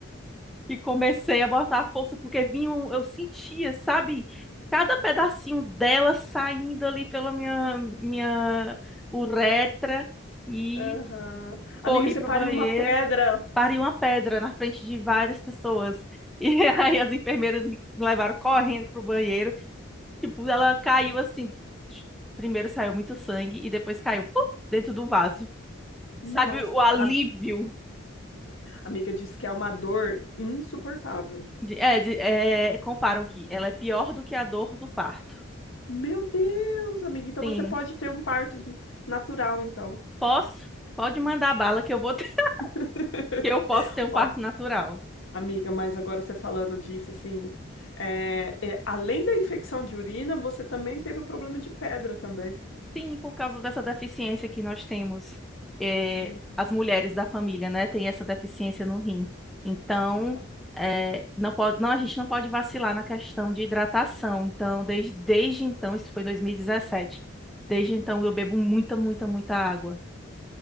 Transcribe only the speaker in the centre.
e comecei a botar a força, porque vinha, um- eu sentia, sabe, cada pedacinho dela saindo ali pela minha, minha uretra. E
corri
pro
banheiro.
pariu uma pedra na frente de várias pessoas. <laughs> E aí as enfermeiras me levaram correndo pro banheiro. Tipo, ela caiu assim. Primeiro saiu muito sangue e depois caiu pum, dentro do vaso.
Sabe o alívio?
De- é, de- é, comparam que ela é pior do que a dor do parto.
Sim,
posso? Pode mandar bala que eu vou ter-
<laughs> que eu posso ter um parto
natural.
Sim, por causa dessa deficiência que nós temos, eh,
as mulheres da família, né, têm essa deficiência no rim. Então,
eh, não pode, não, a gente não pode vacilar na questão de hidratação. Então, desde, desde então, isso foi em 2017. Desde então, eu bebo muita, muita, muita água.